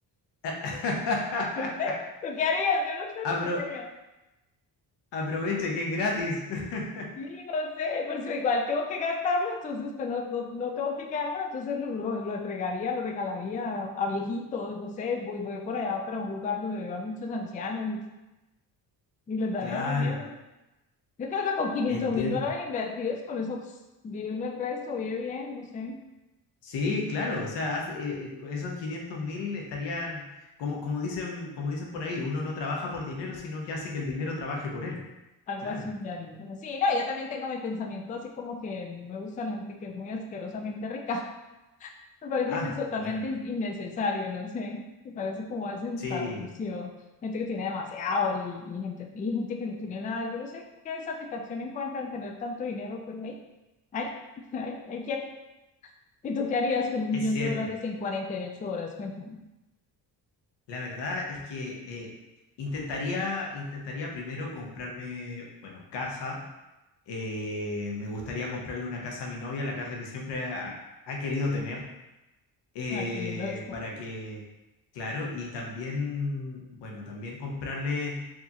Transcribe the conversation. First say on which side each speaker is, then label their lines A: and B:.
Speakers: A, on the left (about 85°); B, on the left (about 20°).
A: <laughs>
B: No sé, ¿tú qué harías? Yo no sé,
A: Apro-
B: ¿tú qué harías?
A: aproveche que es gratis. <laughs>
B: Sí, no sé, pues igual tengo que gastarlo, entonces pues no, no, no tengo que quedármelo, entonces lo, lo, lo entregaría, lo regalaría a viejitos, no sé, voy, voy por allá para un lugar donde vivan muchos ancianos y, y les daría
A: Claro,
B: el dinero. Yo creo que con quinientos
A: entiendo.
B: mil dólares invertidos, con eso pss, vive uno el resto, vive bien, no sé,
A: Sí, claro, o sea, hace- eh, eh, esos 500 mil estarían, como, como dicen, como dicen por ahí, uno no trabaja por dinero, sino que hace que el dinero trabaje por él.
B: algo
A: Claro.
B: así. ya haría. Sí, no, yo también tengo mi pensamiento así como que no me gusta la gente que es muy asquerosamente rica. Me parece
A: Ah,
B: inne- totalmente
A: bueno,
B: in- innecesario, no sé. Me parece como hace esta
A: sí,
B: reclusión. Gente que tiene demasiado y, y gente, y gente que no tiene nada. Yo no sé qué satisfacción encuentra en tener tanto dinero, pero ahí, ay, <laughs> ay, ay, quieto. ¿Y tú qué harías con un millón
A: es cierto.
B: de dólares en cuarenta y ocho horas? Cuéntame.
A: La verdad es que eh, intentaría, intentaría primero comprarme, bueno, casa. Eh, me gustaría comprarle una casa a mi novia, la casa que siempre ha, ha querido tener, eh,
B: Ay, qué lindo esto.
A: para que, claro, y también, bueno, también comprarle